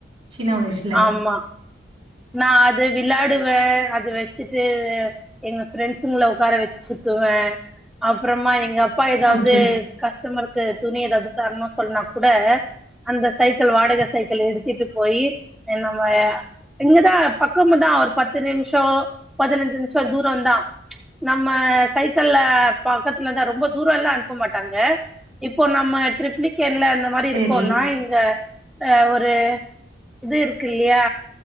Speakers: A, on the right; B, in the centre.
A: சின்ன வயசுல
B: ஆமா நா அது விளாடுவேன் அது வச் சிட்டு எங்க ஃப்ரண்ட்சுகள உக்கார வச்சு சுத்துவேன் அப்றமா எங்க அப்பா ஏதாவது
A: ஓகே ஓகே
B: கஸ்டமர் க்கு துணி ஏதாது தரணும் சொன்னா கூட அந்த சைக்கிள் வாடக சைக்கிள் எடுத்துட்டு போயி என்னமோயா இங்கதா பக்கம்தா ஒரு பத்து நிமிஷம் பதினஞ்சு நிமிஷம் தூ ரந்தா நம்ம சைக்கிள்ல பக்கத்துல தா ரொம்ப தூரம்லாம் அனுப்ப மாட்டாங்க இப்போ நம்ம ட்ரிப்ளிகேன்ல இந்த மாறி
A: சேரி
B: இருக்கோம்னா இங்க அ ஒரு இது இருக்கு இல்லயா